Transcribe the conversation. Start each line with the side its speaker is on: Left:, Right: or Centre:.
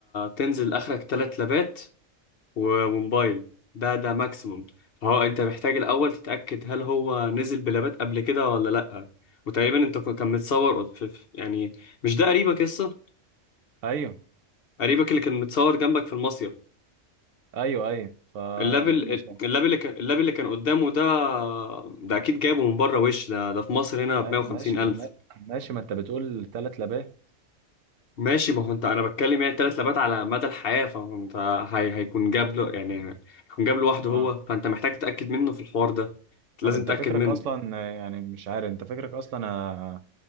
Left: تنزل اخرك تلات لابات و- وموبايل ده ده ماكسيموم هو انت محتاج الاول تتأكد هل هو نزل بلابات قبل كده ولا لا وتقريبا انت كان متصور في في- يعني مش ده قريبك قصة
Right: ايوه
Left: قريبك اللي كان متصور جنبك في المصيف
Right: ايوه ايوه فمش
Left: اللاب ال- اللاب اللي كان اللاب اللي كان قدامه ده ده اكيد جايبه من بره وش ده ده في مصر هنا ب 150
Right: ماشي
Left: الف
Right: ماشي ما انت بتقول ثلاث لباه
Left: ماشي ما هو انت انا بتكلم يعني تلات لابات على مدى الحياه فانت هي هيكون جاب له يعني هيكون جاب لوحده
Right: اه
Left: هو فانت محتاج تتاكد منه في الحوار ده لازم
Right: طب انت
Left: تتاكد
Right: فكرك
Left: منه
Right: اصلا يعني مش عارف انت فكرك اصلا آه،